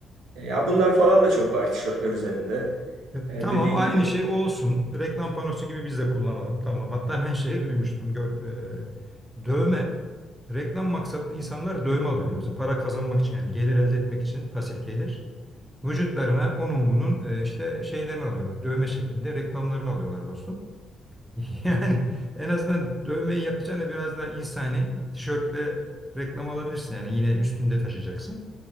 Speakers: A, on the right; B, in the centre.
A: E, ya bunlar falan da çok var tişörtler üzerinde.
B: Ya
A: E,
B: tamam
A: dediğin
B: aynı
A: gibi.
B: şey olsun. Reklam panosu gibi biz de kullanalım. Tamam. Hatta ben şey duymuştum. Gör, e, dövme reklam maksatlı insanlar dövme alıyor biliyor musun? Para kazanmak için yani gelir elde etmek için pasif gelir. Vücutlarına onun bunun e, işte şeylerini alıyorlar. Dövme şeklinde reklamlarını alıyorlar dostum. <laughs> Yani en azından dövmeyi yapacağına biraz daha insani tişörtle reklam alabilirsin. Yani yine üstünde taşıyacaksın.